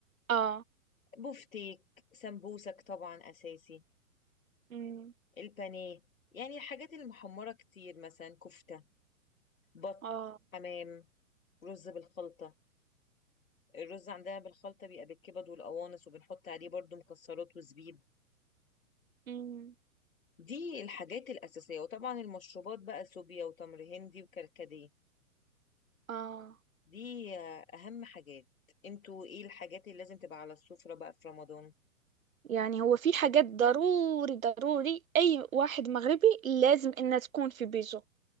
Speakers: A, on the right; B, on the left.
A: اه
B: بفتيك سمبوسك طبعا أساسي
A: أمم.
B: البانيه يعني الحاجات المحمرة كتير مثلا كفتة بط
A: اه
B: حمام رز بالخلطة الرز عندنا بالخلطة بيبقى بالكبد والقوانص وبنحط عليه برضو مكسرات وزبيب
A: أمم.
B: دي الحاجات الأساسية وطبعا المشروبات بقى سوبيا وتمر هندي وكركديه
A: اه
B: دي آه، أهم حاجات انتوا ايه الحاجات اللي لازم تبقى على السفرة بقى في رمضان
A: يعني هو في حاجات ضروري ضروري أي واحد مغربي لازم إنها تكون في بيته